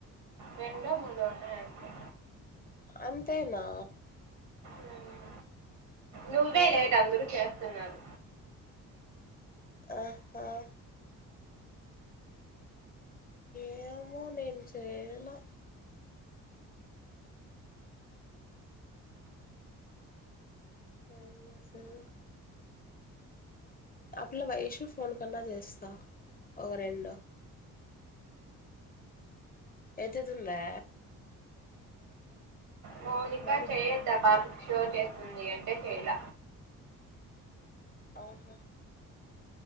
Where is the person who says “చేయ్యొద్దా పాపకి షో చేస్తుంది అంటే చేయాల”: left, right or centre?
Right